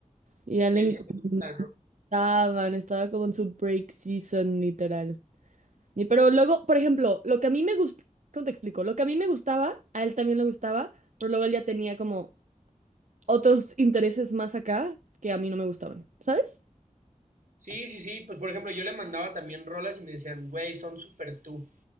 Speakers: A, on the right (about 70°); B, on the right (about 85°).
A: Y a él
B: Y
A: le encanta.
B: él sí te gusta, ¿no?
A: Estaban, estaba como en su break season, literal. Y pero luego, por ejemplo, lo que a mí me gusta, ¿cómo te explico? Lo que a mí me gustaba, a él también le gustaba, pero luego él ya tenía como otros intereses más acá que a mí no me gustaban, ¿sabes?
B: Sí, sí, sí, pues por ejemplo, yo le mandaba también rolas y me decían, güey, son súper tú.